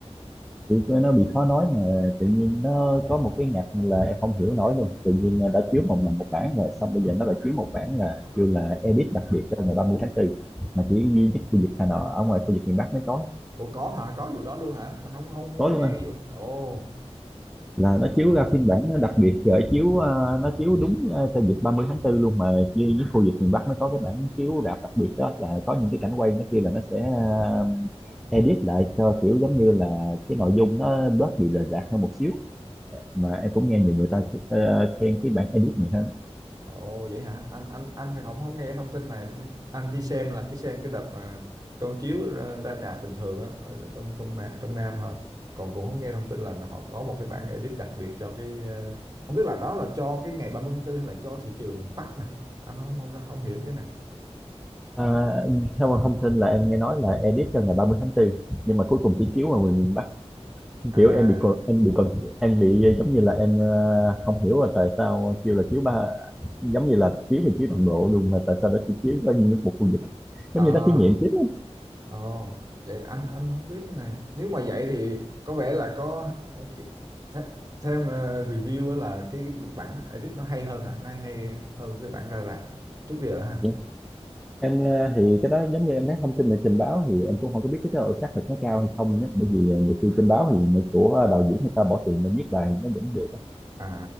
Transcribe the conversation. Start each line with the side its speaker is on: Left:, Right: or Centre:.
Centre: kiểu nó bị khó nói mà tự nhiên nó có một cái ngặt là em không hiểu nổi luôn tự nhiên ờ, đã chiếu một lần một bản rồi xong bây giờ nó lại chiếu một bản là kêu là edit đặc biệt cho ngày 30 tháng 4 mà chỉ duy nhất khu vực Hà Nội ở ngoài khu vực miền Bắc mới có
Right: ủa có hả có vụ đó luôn hả anh không không không
Centre: tối luôn
Right: nghe cái vụ ồ
Centre: là nó chiếu ra phiên bản nó đặc biệt rồi chiếu à, nó chiếu đúng à, cho dịp 30 tháng 4 luôn mà với những khu vực miền Bắc nó có cái bản chiếu rạp đặc biệt đó là có những cái cảnh quay nó kia là nó sẽ à, edit lại cho kiểu giống như là cái nội dung nó bớt bị rời rạc hơn một xíu mà em cũng nghe nhiều người ta ờ, khen cái bản edit này hơn
Right: Ồ vậy hả? Anh anh anh thì không không nghe thông tin này. Anh chỉ xem là cái xem cái đợt mà con chiếu ra, ra rạp bình thường á ở trong trong Nam, trong Nam thôi. Còn cũng không nghe thông tin là họ có một cái bản edit đặc biệt cho cái ờ, không biết là đó là cho cái ngày 30 tháng 4 hay là cho thị trường miền Bắc nè. Anh không không không hiểu cái này.
Centre: à, theo thông tin là em nghe nói là edit cho ngày 30 tháng 4 nhưng mà cuối cùng chỉ chiếu ở miền Bắc
Right: À
Centre: kiểu em bị còn em bị còn em bị giống như là em ờ, không hiểu là tại sao kêu là chiếu ba giống như là chiếu thì chiếu toàn bộ luôn mà tại sao nó chỉ chiếu có như một khu vực
Right: à
Centre: giống như nó thí nghiệm chiếu
Right: Ồ, vậy anh anh không biết cái này. Nếu mà vậy thì có vẻ là có ờ, cái- th theo ờ, review á là cái bản edit nó hay hơn hả? Nó hay hơn cái bản ra rạp trước giờ hả?
Centre: á. em ờ, thì cái đó giống như em nói thông tin là trình báo thì em cũng không có biết cái độ xác thực nó cao hay không đó. bởi vì ờ, nhiều khi trình báo thì người của đạo diễn người ta bỏ tiền để viết bài nó vẫn được á.
Right: À,